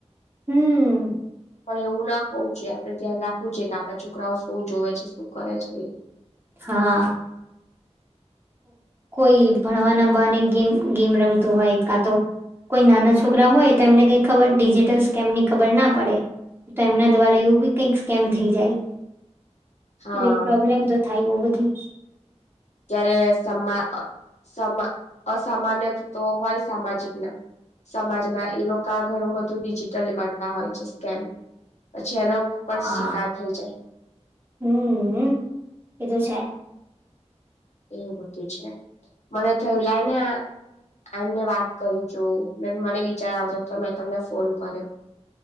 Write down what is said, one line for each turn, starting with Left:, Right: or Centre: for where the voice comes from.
Right: હમ
Left: પણ એવું ના હોવું જોઈએ આપડે ધ્યાન રાખવું જોઈએ કે આપણા છોકરાઓ શું જોવે છે શું કરે છે
Right: હા કોઈ ભણવાના બને ગેમ ગેમ રમતું હોય કા તો કોઈ નાના છોકરા હોય તો એમને કઈ ખબર ડિજિટલ સ્કેમ ની ખબર ના પડે તો એમના દ્વારા એવું બી કઈક સ્કેમ થઈ જાય
Left: <inaudible> હા
Right: એટલે પ્રોબ્લેમ તો થાય બઉ બધી
Left: ત સમામા અસામાન્ય તો હોય સામાજિક ના સમાજના એ લોકો આ ઘણું બધું ડિજિટલ કરતા હોય છે સ્કેમ જેનો પણ
Right: હા
Left: શિકાર થઈ જાય
Right: હમ કીધું છે
Left: એવું બધું છે મને થયું લાઈને એમને વાત કરી જો મે મને વિચાર આવતો તો મેં તમને ફોન કર્યો